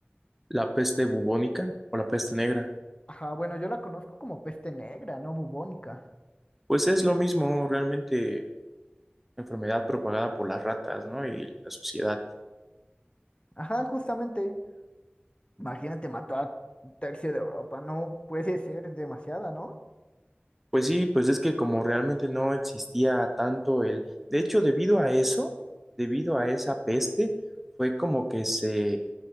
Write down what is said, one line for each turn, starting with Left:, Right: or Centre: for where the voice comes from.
Centre: ¿La peste bubónica o la peste negra?
Left: Ajá, bueno, yo la conozco como peste negra, ¿no? Bubónica.
Centre: Pues es lo mismo, realmente enfermedad propagada por las ratas, ¿no? Y la suciedad.
Left: Ajá, justamente. Imagínate, mató a un tercio de Europa, no puede ser demasiada, ¿no?
Centre: Pues sí, pues es que como realmente no existía tanto el... De hecho, debido a eso, debido a esa peste, fue como que se